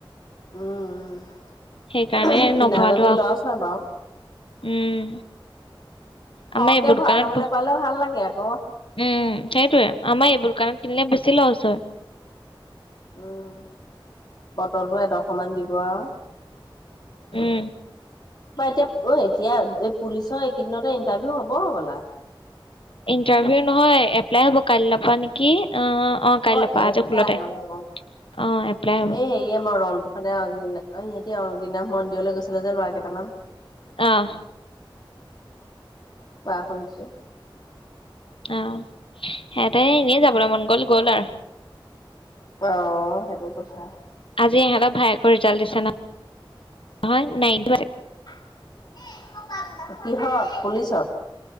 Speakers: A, on the left; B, on the left.
A: উম।
B: সেইকাৰণে
A: <unintelligible> কিনাজনী
B: নভৰালো আৰু
A: লছ হয় বাও।
B: উম।
A: সহকে
B: আমাৰ এইবোৰ
A: ভৰাই
B: দোকানত
A: লবলে পালে ভাল লাগে আক।
B: উম সেইটোয়ে আমাৰ এইবোৰ দুকানত কিনিলে বেছি লছ হয়।
A: উম বটলটো এডখমানা দিব আও।
B: উম।
A: ত এতিয়া অ এতিয়া এই পুলিচৰ এইকেইদিনতে ইণ্টাৰভিউ হ'ব হবলা?
B: ইণ্টাৰভিউ নহয় এপ্লাই হব কাইল পা নেকি? অ কাইলৈৰ
A: অ
B: পৰা
A: এপলাই
B: আজি ষোল্ল তাৰিখ
A: অ অম
B: অ এপ্লাই হ'ব
A: এই হেয়ে মই <unintelligible> এতিয়া অংগিনাথ মন্দিৰলে গৈছিলে যে ল'ৰা কেইটামান
B: আহ।
A: ব হৈছে
B: অ সিহতে এনেই যাবলে মন গ'ল গ'ল আৰু।
A: অ সেইটো কথা।
B: আজি ইহঁতৰ ভায়েকৰ ৰিজাল্ট দিছো নহয়। <unintelligible> নাই
A: <unintelligible> কিহত? পুলিচত?